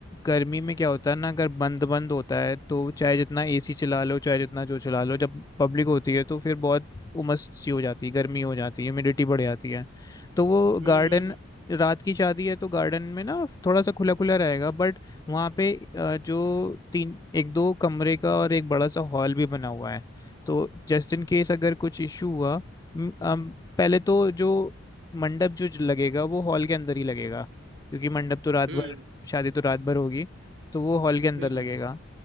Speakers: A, on the left; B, on the right.
A: गर्मी में क्या होता है ना अगर बंद बंद होता है तो चाहे जितना एसी चला लो चाहे जितना जो चला लो जब पब्लिक होती है तो फिर बहुत उमस सी हो जाती है गर्मी हो जाती है ह्यूमिडिटी बढ़ जाती है तो वो
B: हम्म
A: गार्डन
B: हम्म
A: रात की शादी है तो गार्डन में ना थोड़ा सा खुला खुला रहेगा बट वहाँ पे अ, जो तीन एक दो कमरे का और एक बड़ा सा हॉल भी बना हुआ है तो जस्ट इन केस अगर कुछ इशू हुआ म- अम, पहले तो जो मंडप जो ज- लगेगा वो हॉल के अंदर ही लगेगा क्योंकि मंडप तो रात
B: हम्म,
A: भर शादी तो रात भर होगी तो वो हॉल के अंदर
B: बिल्कुल
A: लगेगा